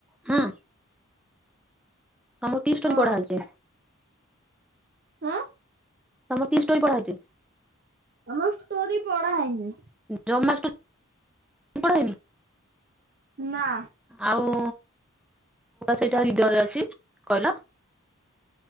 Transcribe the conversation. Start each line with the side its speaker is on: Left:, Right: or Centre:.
Centre: ହଁ ତମକୁ କି ଷ୍ଟୋରି
Right: ହଁ
Centre: ପଢ଼ା ହେଇଚି?
Right: ହଁ।
Centre: ତମ କି ଷ୍ଟୋରି ପଢା ହେଇଚି?
Right: ଆମ ଷ୍ଟୋରି ପଢା ହେଇନି।
Centre: ଜମା ଷ୍ଟୋରି ପଢା ହେଇନି
Right: ନା।
Centre: ଆଉ ସେଇଟା
Right: ଜ-
Centre: ଇତରରେ ଅଛି କଇଲ।